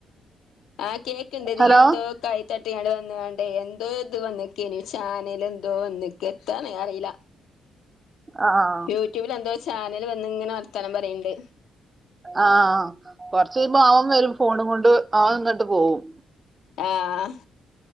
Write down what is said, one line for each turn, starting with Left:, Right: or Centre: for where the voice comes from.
Left: ആഹ് കേക്കിണ്ട് ഇതിലെന്തോ
Right: ഹലോ
Left: ക തട്ടിങ്ങാട് വന്ന്കണ്ടേ എന്തോ ഇത് വന്നിക്കേനി ചാനൽ എന്തോ വന്ന്ക്ക് എത്താണ് അറിയില്ല
Right: ആഹ്
Left: യൂട്യൂബിൽ എന്തോ ചാനൽ വന്നിങ്ങനെ വർത്താനം പറയിണ്ട്
Right: ആഹ് കൊറച്ചഴിമ്പോ അവൻ വരും ഫോണും കൊണ്ട് അവന്നിട്ട് പോവും
Left: ആഹ്